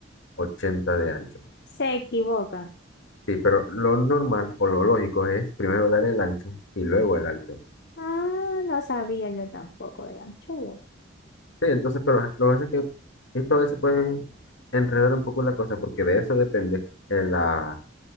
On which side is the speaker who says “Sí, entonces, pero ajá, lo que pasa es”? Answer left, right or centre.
Left